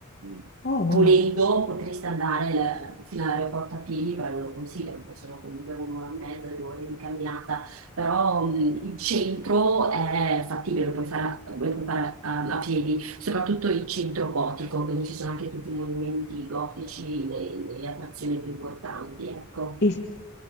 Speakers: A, on the right; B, on the left.
A: mm,
B: Oh, wow.
A: volendo potresti andare eh, fino all'aeroporto a piedi, però non lo consiglio perché sono comunque un'ora e mezza, due ore di camminata però mh, il centro è fattibile, lo puoi fare, a, lo puoi fare a, a piedi, soprattutto il centro gotico, dove ci sono anche tutti i monumenti gotici, le, le attrazioni più importanti, ecco.
B: Il-